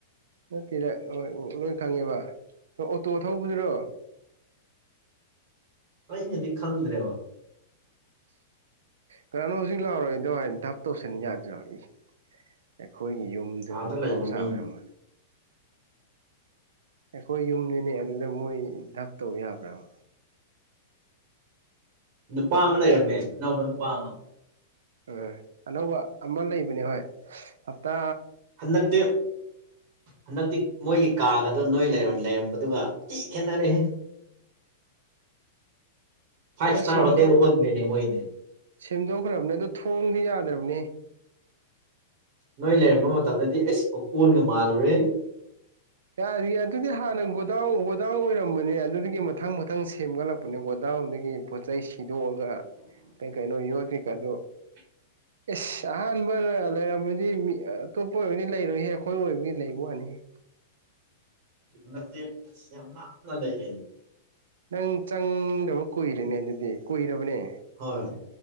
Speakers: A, on the right; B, on the right.
A: ꯅꯠꯇꯦꯗ ꯍꯣꯏ ꯂꯣꯏ ꯈꯪꯉꯦꯕ ꯑꯣꯇꯣ ꯊꯧꯕꯗꯨꯔꯣ
B: ꯑꯩꯩꯅꯗꯤ ꯈꯟꯗ꯭ꯔꯦꯕ
A: ꯀꯅꯥꯅꯣ ꯍꯧꯖꯤꯛ ꯂꯥꯎꯔꯤꯗꯣ ꯍꯥꯏꯅ ꯇꯧꯁꯟ ꯌꯥꯗ꯭ꯔꯣ ꯏ ꯑꯩꯈꯣꯏꯒꯤ ꯌꯨꯝꯗꯕꯨ
B: ꯑꯥꯗ
A: ꯑꯐꯥꯎ
B: ꯂꯩꯕ
A: ꯁꯥꯕ꯭ꯔꯕ
B: ꯃꯤꯅꯤ
A: ꯑꯩꯈꯣꯏ ꯌꯨꯝꯅꯤꯅꯦ ꯑꯗꯨꯗ ꯃꯣꯏ ꯙꯞ ꯇꯧ ꯌꯥꯕ꯭ꯔꯕ
B: ꯅꯨꯄꯥ ꯑꯃ ꯂꯩꯔꯝꯃꯦ ꯑꯅꯧꯕ ꯅꯨꯄꯥ ꯑꯃ
A: ꯎꯝ ꯑꯅꯧꯕ ꯑꯃ ꯂꯩꯕꯅꯦ ꯍꯣꯏ ꯍꯞꯇꯥ
B: ꯍꯟꯗꯛꯇꯦ ꯍꯟꯗꯛꯇꯤ ꯃꯣꯏꯒꯤ ꯀꯥꯒꯗꯣ ꯅꯣꯏꯅ ꯂꯩꯔꯝꯕꯗꯨꯒ ꯊꯤ ꯈꯦꯠꯅꯔꯦꯍꯦ ꯐꯚ
A: ꯈꯔ
B: ꯁꯇꯥꯔ
A: ꯁꯦꯝꯗꯣꯛ
B: ꯍꯣꯇꯦꯜ ꯑꯣꯟꯒ꯭ꯔꯦꯅꯦ ꯃꯣꯢꯗꯤ
A: ꯁꯦꯝꯗꯣꯛꯈ꯭ꯔꯕꯅꯦ ꯑꯗꯣ ꯊꯣꯡꯗꯤ ꯌꯥꯗ꯭ꯔꯕꯅꯤ
B: ꯅꯣꯏ ꯂꯩꯔꯝꯕ ꯃꯇꯝꯗꯗꯤ ꯑꯩꯁ ꯑꯣꯀꯣꯟꯒ ꯃꯥꯜꯂꯨꯔꯦ
A: ꯌꯥꯔꯦ ꯑꯗꯨꯗꯤ ꯍꯥꯟꯅ ꯒꯣꯗꯥꯎ꯭ꯟ ꯒꯣꯗꯥꯎ꯭ꯟ ꯑꯣꯏꯔꯝꯕꯅꯦ ꯑꯗꯨꯗꯒꯤ ꯃꯊꯪ ꯃꯊꯪ ꯁꯦꯝꯒꯠꯂꯛꯄꯅꯦ ꯒꯣꯗꯥꯎ꯭ꯟꯗꯒꯤ ꯄꯣꯠꯆꯩꯩ ꯁꯤꯗꯣꯛꯑꯒ ꯀꯩ ꯀꯩꯅꯣ ꯌꯣꯠ ꯀꯩꯀꯥꯗꯣ
B: <inaudible>
A: ꯏꯁ ꯑꯍꯥꯟꯕꯗ ꯂꯩꯔꯝꯕꯗꯤ ꯃꯤ ꯑꯇꯣꯞꯄ ꯑꯣꯏꯔꯒꯗꯤ ꯂꯩꯔꯣꯏꯍꯦ ꯑꯩꯈꯣꯏ ꯑꯣꯏꯕꯒꯤ ꯂꯩꯕ ꯋꯥꯅꯤꯍꯦ
B: ꯅꯠꯇꯦ ꯏꯁ ꯌꯥꯝ ꯂꯛꯅ ꯂꯩꯅꯦ
A: ꯅꯪ ꯆꯪꯗꯕ ꯀꯨꯏꯔꯦꯅꯦ ꯑꯗꯨꯗꯤ ꯀꯨꯏꯔꯕꯅꯦ
B: ꯍꯣꯏ